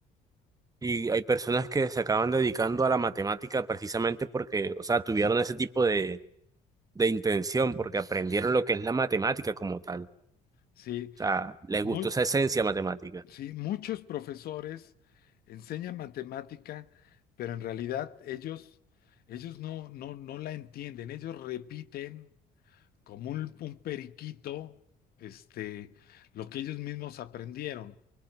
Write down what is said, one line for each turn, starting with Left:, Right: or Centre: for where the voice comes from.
Right: Y hay personas que se acaban dedicando a la matemática precisamente porque, o sea, tuvieron ese tipo de, de intención, porque aprendieron lo que es la matemática como tal. O
Left: Sí,
Right: sea, les
Left: muy.
Right: gustó esa esencia matemática.
Left: Sí,
Right: <laughs>
Left: muchos profesores enseñan matemática, pero en realidad ellos, ellos no, no, no la entienden, ellos repiten como un, un periquito, este, lo que ellos mismos aprendieron,